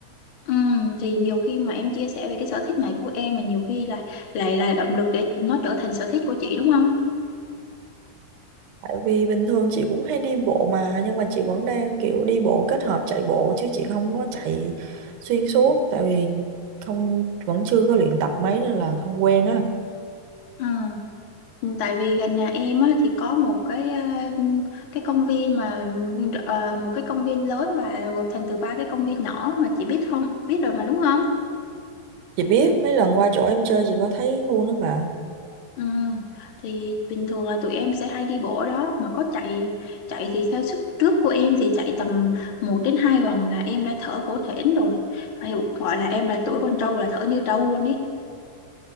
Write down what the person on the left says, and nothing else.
Ừm, thì nhiều khi mà em chia sẻ về cái sở thích này của em mà nhiều khi là lại là động lực để nó trở thành sở thích của chị đúng không?
Ừ. tại vì gần nhà em á, thì có một cái à, cái công viên mà à, một cái công viên lớn và gộp thành từ ba cái công viên nhỏ mà chị biết không biết rồi mà đúng không?
Ừ, thì bình thường là tụi em sẽ hay đi bộ ở đó mà có chạy chạy thì theo sức trước của em thì chạy tầm một đến 2 vòng là em đã thở hổn hển rồi phải gọi là em là tuổi con trâu là thở như trâu luôn ý